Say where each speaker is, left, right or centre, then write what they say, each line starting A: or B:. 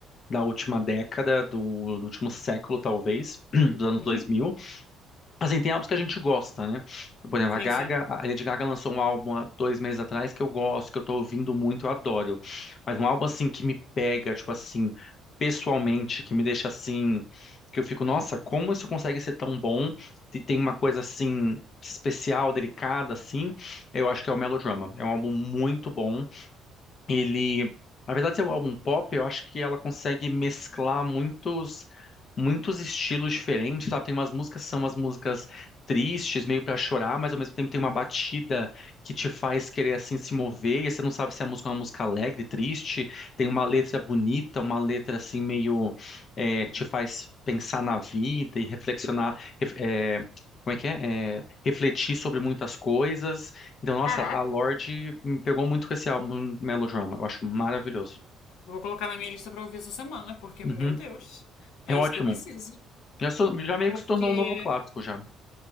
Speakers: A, on the left (about 35°); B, on the left (about 80°).
A: da última década, do, do último século, talvez, <clears throat> dos anos
B: Uhum.
A: 2000. Assim, tem álbuns que a gente gosta, né? Por exemplo,
B: Sim,
A: a Gaga,
B: sim.
A: a Lady Gaga lançou um álbum há dois meses atrás que eu gosto, que eu tô ouvindo muito, eu adoro. Mas um álbum, assim, que me pega, tipo assim, pessoalmente, que me deixa assim, que eu fico, nossa, como isso consegue ser tão bom? E tem uma coisa, assim, especial, delicada, assim, eu acho que é o Melodrama. É um álbum muito bom, ele, apesar de ser um álbum pop, eu acho que ela consegue mesclar muitos muitos estilos diferentes, sabe? Tem umas músicas que são umas músicas tristes, meio pra chorar, mas ao mesmo tempo tem uma batida que te faz querer assim se mover, e você não sabe se a música é uma música alegre, triste, tem uma letra bonita, uma letra assim meio é, que te faz pensar na vida e reflexionar, ref- é, como é que é? É, refletir sobre muitas coisas. Então, nossa,
B: Caraca.
A: a Lorde me pegou muito com esse álbum Melodrama. Eu acho maravilhoso.
B: Vou colocar na minha lista pra ouvir essa semana, porque,
A: Uhum.
B: meu Deus, é
A: É ótimo.
B: isso que eu preciso.
A: Já, sou- já meio
B: Porque,
A: que se tornou um novo clássico já.